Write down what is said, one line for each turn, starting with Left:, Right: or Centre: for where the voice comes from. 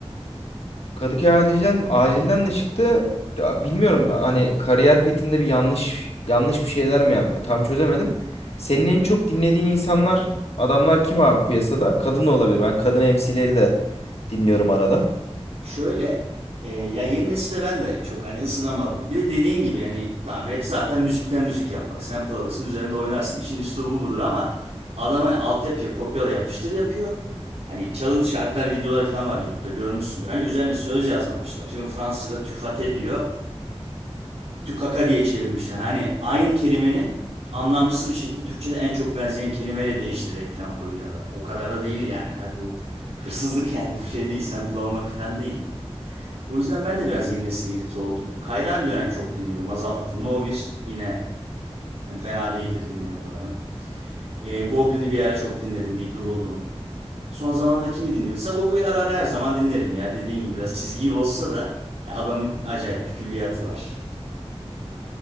Left: Kadıköy acilden, acilden de çıktı. Ya Bilmiyorum hani kariyer petinde bir yanlış yanlış bir şeyler mi yaptı? Tam çözemedim. Senin en çok dinlediğin insanlar, adamlar kim abi piyasada? Kadın da olabilir. Ben kadın MC'leri de dinliyorum arada.
Right: Şöyle, e, ya yeni nesile ben de çok hani ısınamadım. Bir de dediğin gibi yani tamam rap zaten müzikten müzik yapmak. Sample alırsın, üzerinde oynarsın. İşin üslubu budur ama adam hani altyapıyı kopyala yapıştır yapıyor. Hani çalıntı şarkılar, videoları falan var YouTube'da görmüşsündür. Hani üzerine söz yazmamış. Atıyorum Fransızca'da tüfate diyor. tükaka diye çevirmişler. Hani aynı kelimenin anlamsız bir şekilde Türkçe'de en çok benzeyen kelimeyle değiştirerek falan koyuyor adam. O kadar da değil yani. Abi bu hırsızlık yani bu şey değil. Sample almak falan değil. O yüzden ben de biraz yeni nesile irite oldum. Kayra bir dönem çok dinliyordum. Azalttım. No 1 yine hani fena değildir dinleme oranım. E, Goblin'i bir ara çok dinledim. Bir duruldum. Son zamanda kimi dinliyorum? Sagopa'yı ara ara her zaman dinlerim ya. Dediğin gibi biraz çizgi olsa da adamın acayip bir külliyatı var.